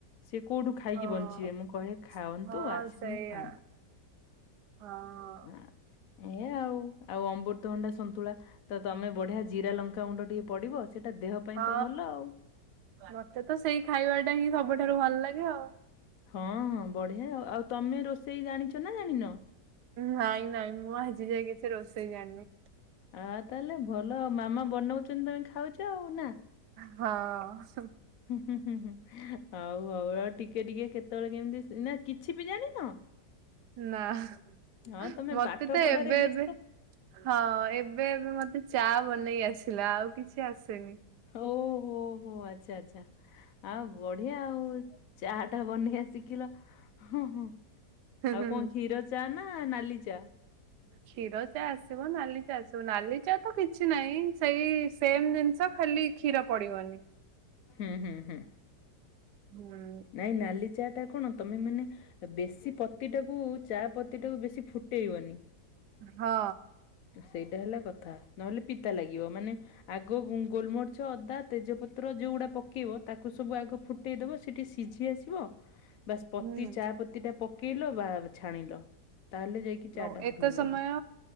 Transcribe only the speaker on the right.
ହଁ
ହଁ
ସେଇଆ
ହଁ
ହଁ
ମତେ ତ ସେଇ ଖାଇବା ଟା ହିଁ ସବୁଠାରୁ ଭଲ ଲାଗେ ଆଉ।
ନାଇଁ ନାଇଁ ମୁଁ ଆଜି ଯାଏ କିଛି ରୋଷେଇ ଜାଣିନି।
ହଁ ହୁଁ।
ନାଁ ‌ <unintelligible>
ମତେ
ତ
ଏବେ
ଏବେ ହଁ ଏବେ ଏବେ ମତେ ଚା ବନେଇ ଆସିଲା ଆଉ କିଛି ଆସେନି।
ହୁଁ
ହୁଁ
ହୁଁ
କ୍ଷୀର ଚା ଆସିବ ନାଲି ଚା ଆସିବ ନାଲି ଚା ତ କିଛି ନାହିଁ ସେଇ ସେମ ଜିନିଷ ଖାଲି କ୍ଷୀର ପଡିବନି।
ହୁଁ
ହଁ।
ହୁଁ
ଓ
ଏତେ
ସମୟ